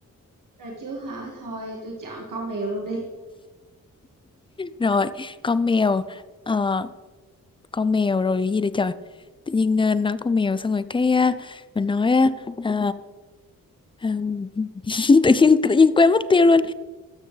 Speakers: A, on the right (about 65°); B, on the left (about 15°).
A: Rồi chứ hả? Thôi tôi chọn con mèo luôn đi.
B: rồi con mèo ờ, con mèo rồi cái gì đây trời tự nhiên ờ, nói con mèo xong rồi cái ờ, mình nói ờ, ờ, ừm, <laughs> tự nhiên tự nhiên quên mất tiêu luôn